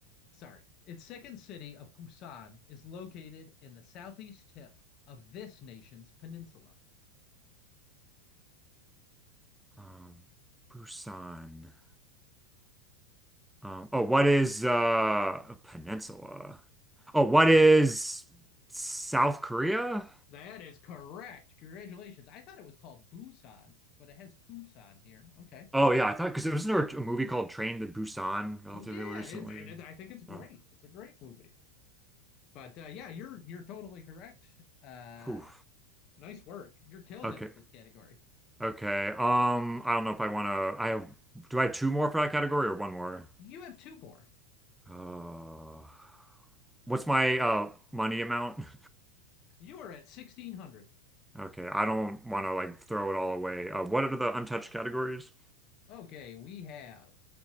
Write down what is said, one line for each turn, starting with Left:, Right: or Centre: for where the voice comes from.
Left: sorry, its second city of Busan is located in the southeast tip of this nation's peninsula.
Centre: Um Busan. Um, oh, what is uh, a peninsula? Oh, what is South Korea?
Left: That is correct. Congratulations. I thought it was called Busan, but it has Busan here. Okay.
Centre: Oh yeah, I thought because there was another a movie called Train to Busan relatively
Left: Well, yeah,
Centre: recently.
Left: it's and it, I think it's great.
Centre: Oh,
Left: It's a great movie. but uh, yeah, you're you're totally correct. Uh,
Centre: whew.
Left: nice work. You're killing
Centre: Okay,
Left: it with this category.
Centre: okay. Um, I don't know if I want to. I have. Do I have two more for that category or one more?
Left: You have two more.
Centre: Uh, what's my uh money amount? <laughs>
Left: You are at sixteen hundred.
Centre: Okay, I don't want to like throw it all away. Uh, what are the untouched categories?
Left: Okay, we have